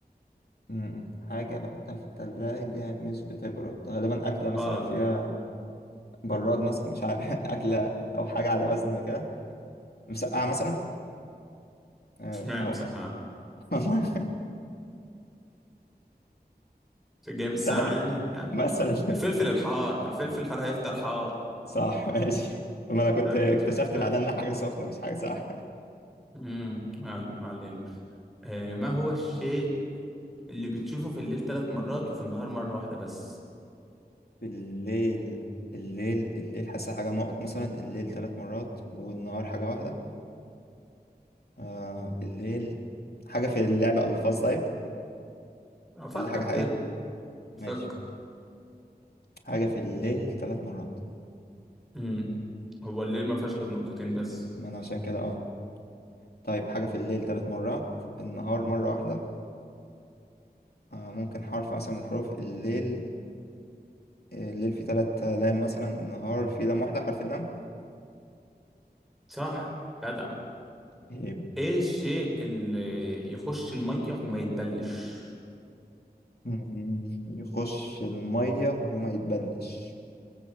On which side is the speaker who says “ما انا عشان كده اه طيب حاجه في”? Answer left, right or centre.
Left